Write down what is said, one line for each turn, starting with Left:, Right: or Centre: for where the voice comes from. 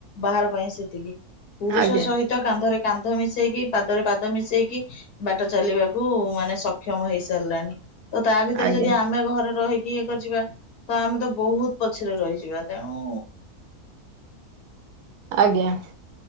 Left: ବାହାର ପାଇଁ ସେତିକି। ପୁରୁଷ
Right: ଆଜ୍ଞା
Left: ସହିତ କାନ୍ଧରେ କାନ୍ଧ ମିଶେଇକି ପାଦରେ ପାଦ ମିଶେଇକି। ବାଟ ଚାଲିବାକୁ ମାନେ ସକ୍ଷମ ହେଇସାରିଲାଣି। ତ ତା ଭିତରେ
Right: ଆଜ୍ଞା
Left: ଯଦି ଆମେ ଘରେ ରହିକି ଇଏ କରିିଯିବା ତ ଆମେ ତ ବହୁତ୍ ପଛରେ ରହିଯିବା ତେଣୁ
Right: ଆଜ୍ଞା।